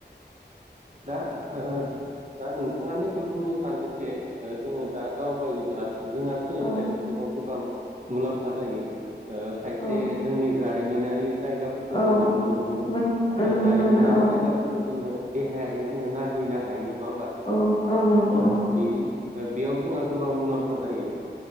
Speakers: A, on the right (about 45°); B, on the left (about 30°).
A: दा ओ दा नोंथाङानो बेखौ बुंनो सानदोंदि जोङो दा दावबायोब्ला जोंहा सोलोंथाइ
B: औ
A: बिथिङाव गोबां मुलाम्फा जायो। ओ खायसे
B: औ
A: जोंनि जा रिमिनारि जायगाफोरखौ
B: औ
A: जोङो नुनो मोनो
B: मोन
A: आरो
B: नुनो
A: जारिमिनारि
B: मोनो औ
A: जायगाफोरखौ जोङो देहायारि जोङो नाहैनो हायो। नङा होमबा
B: औ औ नंगौ।
A: ओ बेनि ओ बेयाव जोंहा गोबां मुलाम्फा जायो।